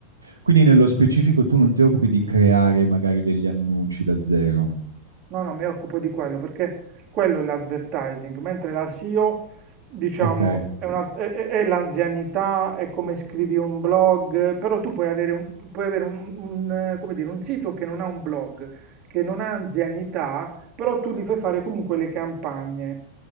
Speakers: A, on the right; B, on the right.
A: quindi nello specifico tu non ti occupi di creare magari degli annunci da zero.
B: No, no, mi occupo di quello perché quello è l'advertising, mentre la SEO, diciamo,
A: Ok.
B: è, un'alt- è- è- è l'anzianità, è come scrivi un blog, però tu puoi avere un, puoi avere un- un, eh, come dire, un sito che non ha un blog, che non ha anzianità, però tu gli fai fare comunque le campagne.